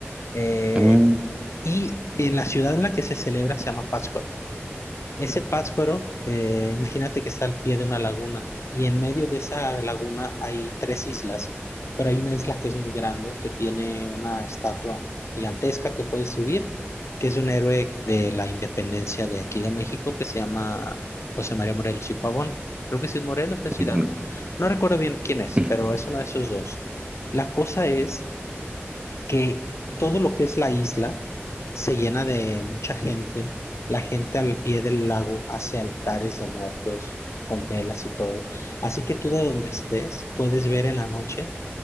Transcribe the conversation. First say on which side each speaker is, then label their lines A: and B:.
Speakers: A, on the left; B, on the right.
A: Eh,
B: Mm,
A: y en la ciudad en la que se celebra se llama Pátzcuaro. Ese Pátzcuaro, eh, imagínate que está al pie de una laguna y en medio de esa laguna hay tres islas, pero hay una isla que es muy grande, que tiene una estatua gigantesca que puedes subir, que es un héroe de la independencia de aquí de México que se llama José María Morelos y Pavón. Creo que sí es Morelos o es Hidalgo.
B: ujú,
A: No recuerdo bien quién es,
B: ujú.
A: pero es uno de esos dos. La cosa es que todo lo que es la isla se llena de mucha gente. La gente al pie del lago hace altares de muertos con velas y todo. Así que tú de donde estés puedes ver en la noche